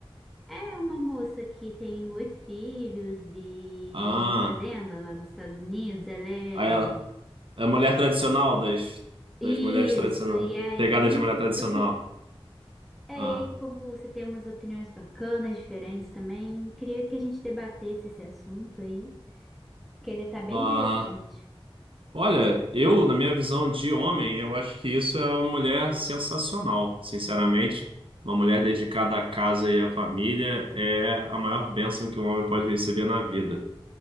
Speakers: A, in the centre; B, on the right.
A: É uma moça que tem oito filhos e
B: Ah,
A: tem uma fazenda lá nos Estados Unidos. Ela é.
B: aí ela. É a mulher tradicional das, das
A: Isso,
B: mulheres tradicionais.
A: e aí.
B: Pegada de mulher tradicional.
A: Eu que... É,
B: Ah.
A: e aí, como você tem umas opiniões bacanas, diferentes também, queria que a gente debatesse esse assunto aí, que ele tá bem
B: Ah.
A: interessante.
B: Olha, eu, na minha visão de homem, eu acho que isso é uma mulher sensacional, sinceramente. Uma mulher dedicada à casa e à família é a maior bênção que um homem pode receber na vida.